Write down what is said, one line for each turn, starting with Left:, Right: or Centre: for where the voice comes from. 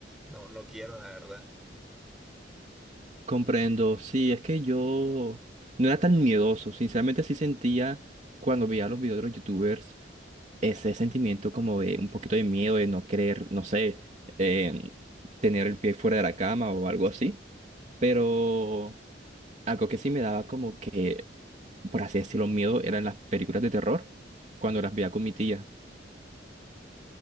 Centre: no, no quiero, la verdad.
Right: Comprendo, sí, es que yo no era tan miedoso, sinceramente sí sentía cuando veía los videos de los youtubers ese sentimiento como de un poquito de miedo, de no querer, no sé, em, tener el pie fuera de la cama o algo así, pero algo que sí me daba como que, por así decirlo, miedo eran las películas de terror cuando las veía con mi tía.